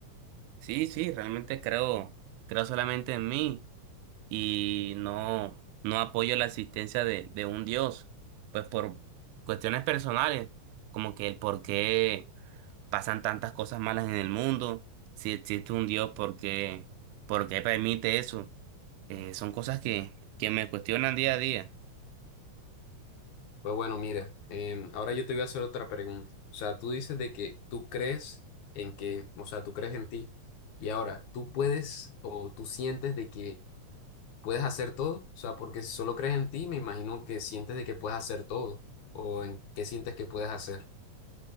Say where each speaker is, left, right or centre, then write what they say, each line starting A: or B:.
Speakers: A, on the right; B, on the left.
A: Sí, sí, realmente creo, creo solamente en mí y no, no apoyo la existencia de, de un Dios, pues por cuestiones personales, como que el por qué pasan tantas cosas malas en el mundo, si existe un Dios, por qué, por qué permite eso, Eh, son cosas que, que me cuestionan día a día.
B: Pues bueno, mira, em, ahora yo te voy a hacer otra pregunta. O sea, tú dices de que tú crees en que, o sea, tú crees en ti. Y ahora, ¿tú puedes o tú sientes de que puedes hacer todo? O sea, porque si solo crees en ti, me imagino que sientes de que puedes hacer todo. ¿O en qué sientes que puedes hacer?